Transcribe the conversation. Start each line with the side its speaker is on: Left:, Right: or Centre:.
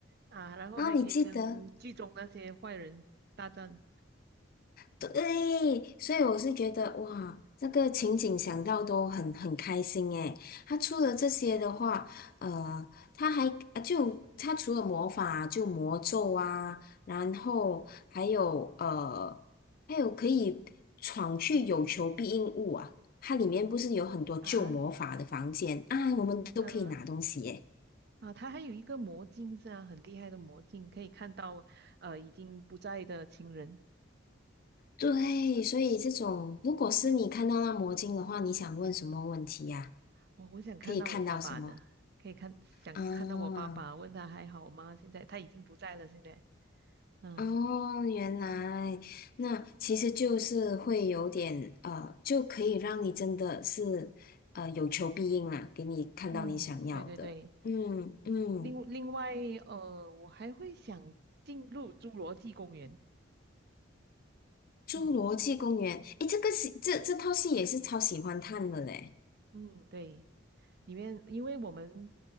Right: 啊，然后还可以跟剧中那些坏人大战
Left: 然后你记得，对，所以我是觉得哇，这个情景想到都很很开心诶。他出了这些的话，呃，他还啊就他除了魔法就魔咒啊，然后还有呃，还有可以闯去有求必应物啊。它里面不是有很多旧魔法的房间啊，
Right: 啊，
Left: 我们都可以拿东西耶。
Right: 嗯啊，他还有一个魔镜是啊，很厉害的魔镜，可以看到呃已经不在的亲人。
Left: 对，所以这种如果是你看到那魔镜的话，你想问什么问题呀、
Right: 哦，我想看到我爸爸呢，
Left: 可以看到什么？
Right: 可以看想看到我爸爸，
Left: 啊，
Right: 问他还好吗？现在他已经不在了，现在。嗯
Left: 哦，原来那其实就是会有点呃，就可以让你真的是呃有求必应啦，给你看到你想要的。
Right: 嗯，对对对。
Left: 嗯嗯，
Right: 另另外，呃，我还会想进入侏罗纪公园。嗯
Left: 《侏罗纪公园》诶，这个戏这这套戏也是超喜欢看的嘞，
Right: 嗯，对，里面因为我们